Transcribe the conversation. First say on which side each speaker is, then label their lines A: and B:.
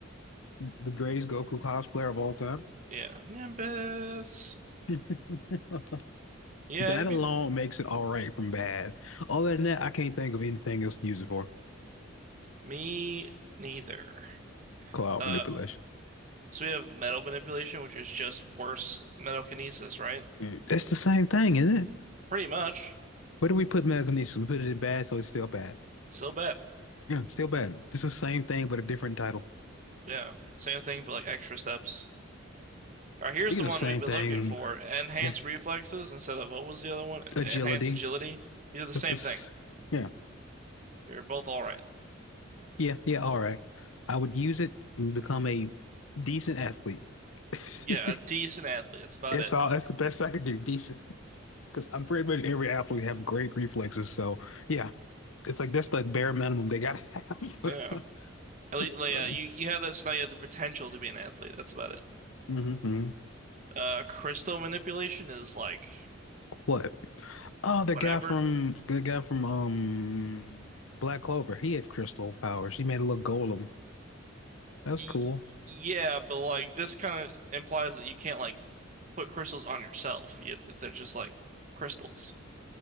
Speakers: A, on the left (about 80°); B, on the right (about 40°).
A: The greatest Goku cosplayer of all time.
B: Yeah, Nimbus.
A: <laughs>
B: Yeah,
A: That
B: it'd be
A: alone makes it all right from bad. Other than that, I can't think of anything else to use it for.
B: me neither.
A: Cloud
B: Uh,
A: manipulation.
B: So we have metal manipulation, which is just worse metal kinesis, right?
A: Mm. That's the same thing, isn't it?
B: Pretty much.
A: Where do we put telekinesis? We put it in bad, so it's still bad.
B: Still bad.
A: Yeah, still bad. It's the same thing, but a different title.
B: Yeah. Same thing, but like extra steps. All right, here's
A: Speaking
B: the one
A: of same
B: we've been
A: thing,
B: looking for. Enhanced
A: yeah,
B: reflexes instead of what was the other one?
A: agility.
B: Enhanced agility. These are the same
A: Just this.
B: thing.
A: Yeah,
B: You're both all right.
A: yeah, yeah. All right. I would use it and become a decent athlete. <laughs>
B: Yeah, a decent athlete. That's about
A: It's
B: it.
A: all. That's the best I could do. Decent, because I'm pretty much every athlete have great reflexes. So yeah, it's like that's the bare minimum they gotta have.
B: Yeah. At least,
A: <laughs>
B: like,
A: Mm-hmm.
B: yeah, you, you have this, now you have the potential to be an athlete. That's about it.
A: mm-hmm.
B: Uh, crystal manipulation is like
A: What? Oh, the
B: whatever.
A: guy from the guy from um Black Clover. He had crystal powers. He made a little golem. That was
B: Y
A: cool.
B: yeah, but like this kind of implies that you can't like put crystals on yourself. You, they're just like crystals.